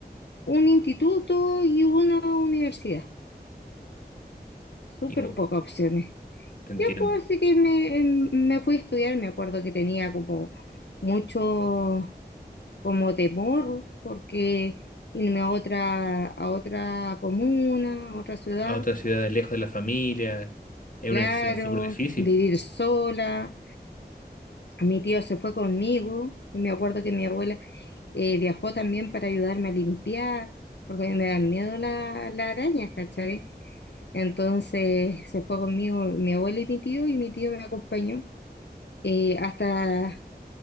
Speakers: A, on the left; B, on the left.
A: un instituto y una universidad. súper
B: Y bu-
A: pocas opciones.
B: te entiendo.
A: Ya pues así que me, em, me fui a estudiar, me acuerdo que tenía como mucho como temor porque irme a otra, a otra comuna, a otra ciudad,
B: A otra ciudad de lejos de la familia es
A: claro,
B: una decisión súper difícil.
A: vivir sola. Mi tío se fue conmigo, y me acuerdo que mi abuela eh, viajó también para ayudarme a limpiar, porque a mí me dan miedo la- las arañas, ¿cachai? Entonces se fue conmigo mi abuela y mi tío, y mi tío me acompañó. eh, hasta,